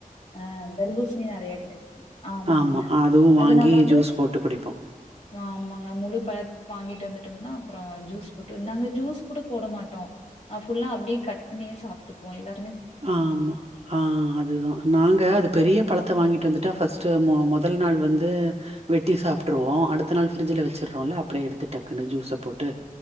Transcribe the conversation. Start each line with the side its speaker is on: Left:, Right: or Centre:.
Left: ஆ தர்பூஸ்ணி நெறைய கெடைக்கு ஆமாங்க
Right: ஆமா அதுவு
Left: அது
Right: வாங்கி
Left: நாங்க வந்து
Right: ஜூஸ் போட்டு குடிப்போ
Left: ஆமாங்க முழு பழத் வாங்கிட்டு வந்துட் டுந்தா அப்றோ ஜூஸ் போட்டு நாங்க ஜூஸ் கூட போட மாட்டோ புஃல்லா அப்டியே கட் பண்ணியே சாப்ட்டுக்குவோ எல்லா
Right: ஆ ஆமா ஆ அத் துதா நாங்க அது பெரிய பழத்த வாங்கிட்டு வந்துட்டா ஃபஸ்ட்டு ம மொதல் நாள் வந்து வெட்டி சாப்டுருவோ அடுத்த நாள் ஃப்ரிட்ஜில வச்சுடுறோல அப்டியே எடுத்து டக்குன்னு ஜூஸ போட்டு